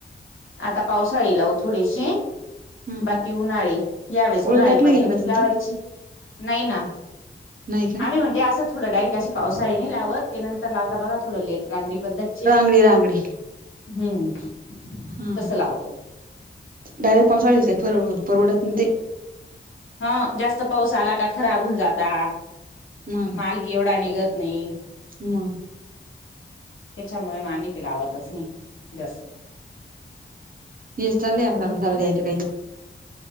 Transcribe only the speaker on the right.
हा हा
ओळी टाकला
गेला
का तुमचा
नाही का
रांगडी रांगडी
हा
हा
डायरेक्ट पावसाळल काय पर परवडतून ते
मंग
म
येस चालय आपल्याला
चाल दयचं काही दिव